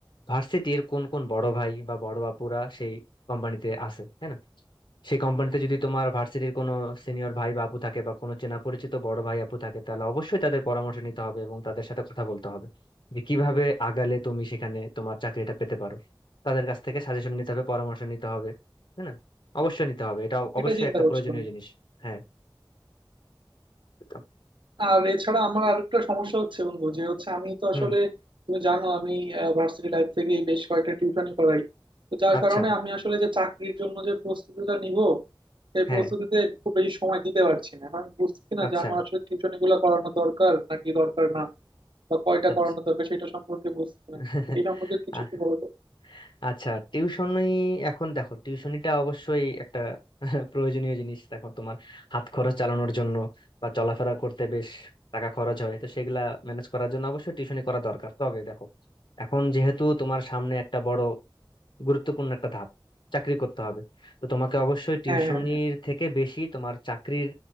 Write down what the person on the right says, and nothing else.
এটা চিন্তা
করছিলাম
আর এছাড়া আমার আরেকটা সমস্যা হচ্ছে বন্ধু যে হচ্ছে আমি তো
আসলে তুমি জানো আমি ভার্সিটি লাইফ থেকে বেশ কয়েকটা টিউশনই করাই তো যার
কারণে আমি আসলে যে চাকরির জন্য যে প্রস্তুতিটা নিব সেই
প্রস্তুতিতে খুব বেশি সময় দিতে পারছি না আমি বুঝতেছি না
যে আমার আসলে টিউশনি গুলো করানো দরকার নাকি দরকার না বা কয়টা
করানো দরকার সেটা সম্পর্কে বুঝতেছি
না এই সম্পর্কে কিছু একটু বলো তো
হ্যাঁ হ্যাঁ হ্যাঁ